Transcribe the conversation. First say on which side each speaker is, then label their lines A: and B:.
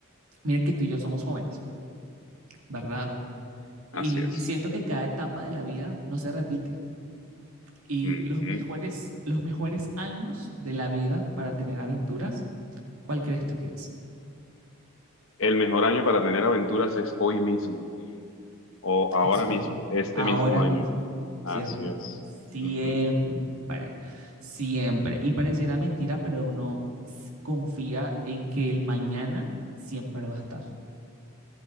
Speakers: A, on the right; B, on the left.
A: mira que tú y yo somos jóvenes, ¿verdad? Y,
B: Así es.
A: y siento que cada etapa de la vida no se repite. Y
B: Ujú.
A: los mejores, los mejores años de la vida para tener aventuras, ¿cuál crees tú que es?
B: El mejor año para tener aventuras es hoy mismo o ahora
A: Es
B: mismo,
A: hoy,
B: este
A: ahora
B: mismo año.
A: mismo,
B: Así
A: ¿cierto?
B: es.
A: Siempre,
B: Ujú.
A: siempre. Y pareciera mentira, pero uno s- confía en que el mañana siempre va a estar.